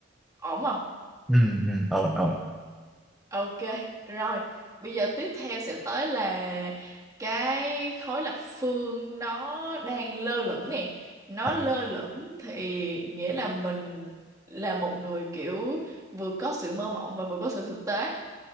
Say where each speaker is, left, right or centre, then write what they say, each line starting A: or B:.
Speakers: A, on the right (about 15°); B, in the centre.
A: ổn không
B: Ừ, ừ, ổn ổn.
A: Ok, rồi. Bây giờ tiếp theo sẽ tới là cái khối lập phương nó đang lơ lửng nè. Nó
B: À,
A: lơ lửng thì nghĩa là mình là một người kiểu vừa có sự mơ mộng và vừa có sự thực tế.